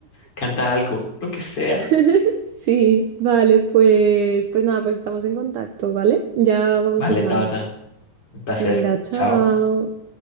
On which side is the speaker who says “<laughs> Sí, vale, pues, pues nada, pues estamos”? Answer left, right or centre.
Right